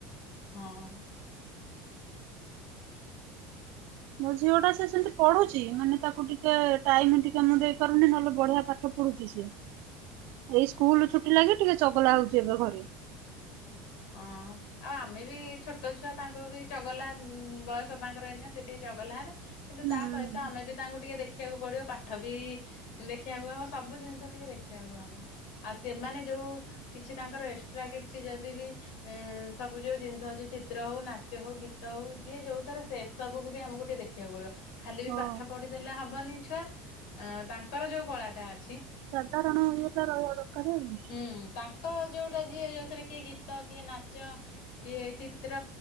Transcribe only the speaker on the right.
ମୋ ଝିଅ ଟା ସେ ସେମିତି ପଢୁଛି ମାନେ ତାକୁ ଟିକେ ଟାଇମ ଟିକେ ମୁଁ ଦେଇ ପାରୁନି ନହେଲେ ବଢିଆ ପାଠ ପଢୁଛି ସେ। ଏଇ ସ୍କୁଲ ଛୁଟି ଲାଗି ଟିକେ ଚଗଲା ହଉଛି ଏବେ ଘରେ।
ହୁଁ
ହଁ
ସାଧାରଣ ଇଏତ ରହିବା ଦରକାର ଆଉ।